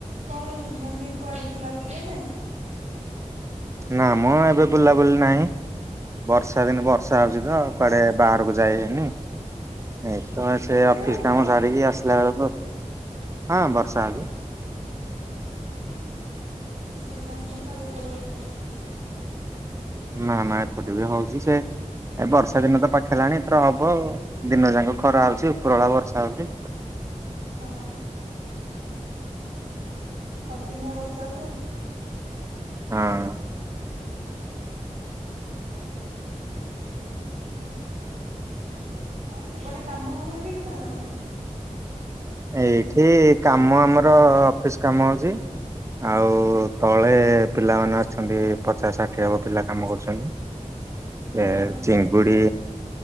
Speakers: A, on the right; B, on the right.
A: କଣ ମାନେ କୁଆଡେ ବୁଲାବୁଲି ହେଲେ
B: ନା ମୁଁ ଏବେ ବୁଲାବୁଲି ନାହିଁ ବର୍ଷା ଦିନେ ବର୍ଷା ହଉଛି ତ କୁଆଡେ ବାହାରକୁ ଯାଇ ହେଇନି ଏ ତ
A: ସେପଟେ
B: ସେ ଅଫିସ
A: ବର୍ଷା
B: କାମ
A: ହଉଛି
B: ସାରିକି ଆସିଲା ବେଳକୁ ହଁ ବର୍ଷା ଆଗୁ
A: କହିଲା ମୋର କାଲି ଏପଡେ ବର୍ଷ ଅଛି
B: ନା ନା ଏପଟେ ବି ହଉଛି ସେ ଏ ବର୍ଷା ଦିନ ତ ପାଖେଇ ହେଲାଣି ଏଥର ହବ ଦିନ ଯାକ ଖରା ହଉଛି ଉପରଳା ବର୍ଷା ହଉଛି।
A: ହଁ। ଅଦିନ ବର୍ଷା କୁ
B: ହଁ।
A: ହଁ ସେପଟେ କାମ କାମ ଠିକ୍ ନଣ?
B: ଏଇଠି କାମ ଆମର ଅଫିସ କାମ ହଉଛି ଆଉ ତଳେ ପିଲାମାନେ ଅଛନ୍ତି ପଚାଶ ଷାଠିଏ ହେବ ପିଲା କାମ କରୁଛନ୍ତି
A: ଓହୋ
B: ଏ ଚିଙ୍ଗୁଡ଼ି